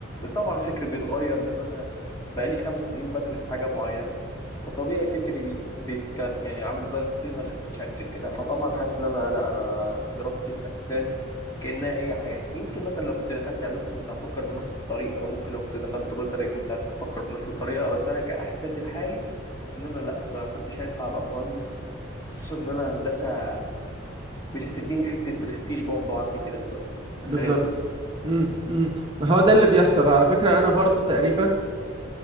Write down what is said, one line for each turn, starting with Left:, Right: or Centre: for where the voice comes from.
Left: طبعا فكري بيتغير لان انا بقالي خمس سنين بدرس حاجه معينه فطبيعي فكري بيت بيت كان يعني عامل زي الطينه اللي بتتشكل كده فطبعا حاسس ان انا لا انا دراستي في اسنان كانها هي حياتي يمكن مثلا لو كنت دخلت علوم كنت هفكر بنفس الطريقه ممكن لو كنت دخلت بيطري كنت هفكر بنفس الطريقه بس انا كاحساسي الحالي ان انا لا ما كنتش هينفع ابقى مهندس خصوصا ان انا هندسه مش هتديني حته برستيج برضو عندي كده دلوقتي انت
Right: بالظبط
Left: فاهمني
Right: امم امم ما هو ده اللي بيحصل على فكرة انا برضو تقريبا